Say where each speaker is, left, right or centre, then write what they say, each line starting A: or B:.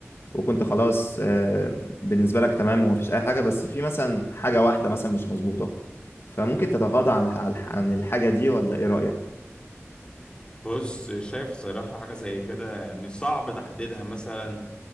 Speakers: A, on the left; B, on the left.
A: وكنت خلاص آه، بالنسبة لك تمام ومفيش أي حاجة بس في مثلا حاجة واحدة مثلا مش مظبوطة فممكن تتغاضى عن عن عن الحاجة دي ولا إيه رأيك؟
B: بص شايف صراحة حاجة زي كده يعني صعب تحديدها مثلا